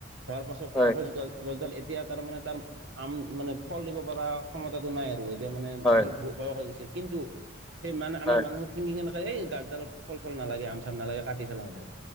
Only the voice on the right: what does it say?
হোৱাৰ পাছত
ছাপজ গছ গছডাল এতিয়া তাৰ মানে তাৰ আম মানে ফল দিব পৰা ক্ষমতাটো নাই আৰু, এতিয়া মানে
বি ব বয়স হৈ গৈছে কিন্তু, সেই মান আমাৰ
মানুহত <unintelligible> কেনে এই গছডালত ফল-চল নালাগে, আম-চাম নালাগে, কাটি পেলাও এইডাল।